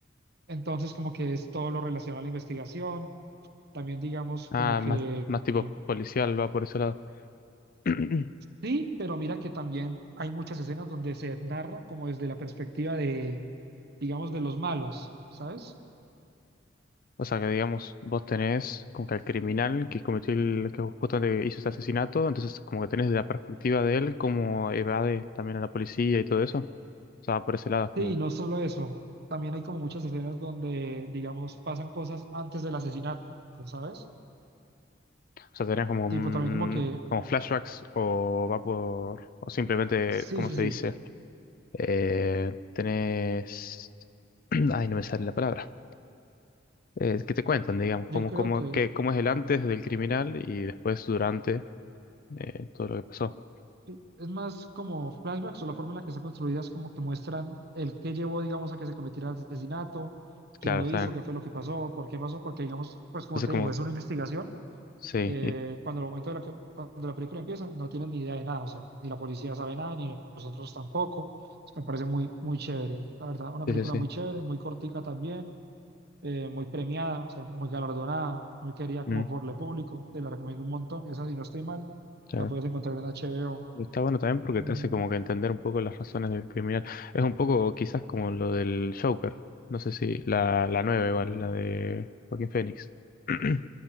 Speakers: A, on the right; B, on the left.
A: Entonces como que es todo lo relacionado a la investigación, también digamos
B: Ah,
A: como que
B: más, más tipo
A: eh,
B: policial, va por ese lado. <clears throat>
A: sí, pero mira que también hay muchas escenas donde se narra como desde la perspectiva de, digamos, de los malos, ¿sabes?
B: O sea que digamos, vos tenés como que al criminal que cometió el, que justamente hizo este asesinato, entonces como que tenés la perspectiva de él, como evade también a la policía y todo eso. O sea, va por ese lado, es como,
A: Sí,
B: o
A: no solo eso, también hay como muchas escenas donde, digamos, pasan cosas antes del asesinato, ¿sabes?
B: sea, tenés como un-
A: Tipo, también como que,
B: como flashbacks o va por, o simplemente,
A: sí,
B: ¿cómo
A: sí,
B: se
A: sí,
B: dice? Eh, tenés, <clears throat> ay, no me sale la palabra. eh, que te cuentan, digamos,
A: yo
B: cómo,
A: creo
B: cómo,
A: que
B: qué- cómo es el antes del criminal y después durante eh, todo lo que pasó.
A: sí, es más como flashbacks o la forma en la que están construidas como que muestran el qué llevó, digamos, a que se cometiera el asesinato, quién
B: Claro,
A: lo
B: está
A: hizo,
B: bien.
A: qué fue lo que pasó, por qué pasó, porque, digamos, pues como
B: Entonces,
A: te
B: como,
A: digo, es una investigación
B: sí,
A: eh,
B: y-
A: cuando el momento de la que, cuando la película empieza, no tienen ni idea de nada, o sea, ni la policía sabe nada, ni nosotros tampoco. Entonces, me parece muy, muy chévere, la verdad, una
B: sí,
A: película
B: sí, sí.
A: muy chévere, muy cortica también, eh, muy premiada, o sea, muy galardonada, muy querida
B: Mm,
A: como por el público, te la recomiendo un montón, esa si no estoy mal,
B: claro.
A: la puedes encontrar en HBO.
B: Y Está bueno también porque
A: Mm,
B: te hace como que entender un poco las razones del criminal. Es un poco quizás como lo del Joker. No sé si la, la nueva igual, la de Joaquín Phoenix. <clears throat>